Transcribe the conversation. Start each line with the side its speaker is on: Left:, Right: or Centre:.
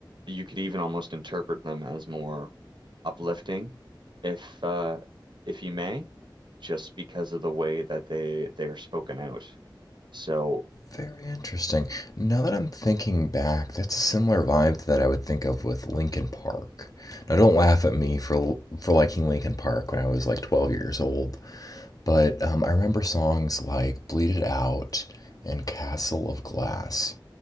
Right: you could even almost interpret them as more uplifting, if uh, if you may, just because of the way that they they are spoken out. So
Left: Very interesting. Now that I'm thinking back, that's a similar vibe that I would think of with Linkin Park. Now, don't laugh at me for for liking Linkin Park when I was like 12 years old. But um, I remember songs like Bleed It Out and Castle of Glass